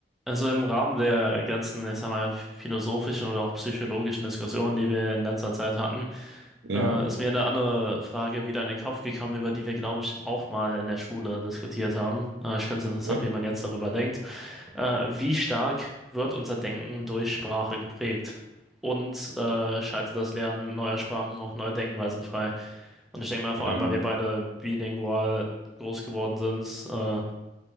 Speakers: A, in the centre; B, on the right (about 80°).
A: Also im Rahmen der ganzen, ich sag mal, philosophischen oder auch psychologischen Diskussionen, die wir in letzter Zeit hatten,
B: Ja,
A: äh, ist mir eine andere Frage wieder in den Kopf gekommen, über die wir, glaube ich, auch mal in der Schule diskutiert haben. Äh, ich finde es interessant,
B: okay.
A: wie man jetzt darüber denkt. Äh, wie stark wird unser Denken durch Sprache geprägt? Und äh, schaltet das Lernen neuer Sprachen auch neue Denkweisen frei? Und ich denke mal, vor
B: Ähm,
A: allem, weil wir beide bilingual groß geworden sind, äh,